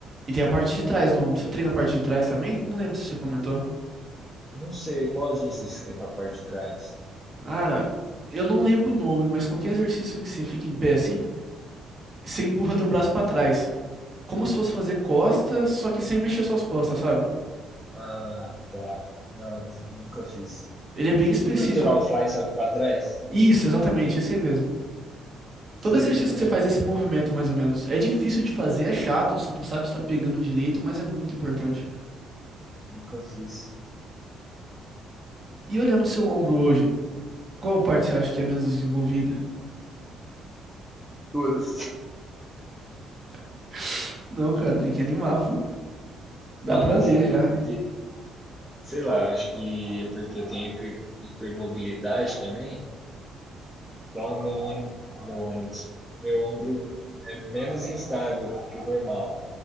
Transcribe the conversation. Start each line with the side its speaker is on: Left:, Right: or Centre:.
Right: E tem a parte de trás do ombro. Você treina a parte de trás também? Não lembro se você comentou.
Centre: Não sei qual exercício que tem pra parte de trás.
Right: Cara, eu não lembro o nome, mas qualquer exercício que você fique em pé assim, você empurra teu braço pra trás. Como se fosse fazer costas, só que sem mexer suas costas, sabe?
Centre: Ah, tá. Não, nunca fiz.
Right: Ele é bem específico.
Centre: Tipo um peitoral o fly, só que pra trás?
Right: Isso, exatamente, esse aí mesmo.
Centre: Sei,
Right: Todo exercício
Centre: não,
Right: que você faz,
Centre: mano.
Right: esse movimento, mais ou menos, é difícil de fazer, é chato, você não sabe se tá pegando direito, mas é muito importante.
Centre: Nunca fiz.
Right: E olhando o seu ombro hoje, qual parte você acha que é menos desenvolvida?
Centre: Todas.
Right: <laughs> Não, cara, tem que animar, pô. Dá
Centre: Não,
Right: pra
Centre: é
Right: ver
Centre: sério,
Right: já.
Centre: porque, sei lá, acho que é porque eu tenho hiper- hipermobilidade também. Então, meu ônibus, meu ônibus, meu ombro é menos instável que o normal.